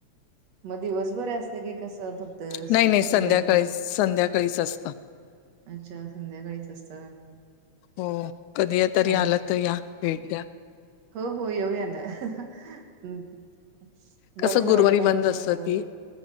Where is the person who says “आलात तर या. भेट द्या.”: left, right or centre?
Left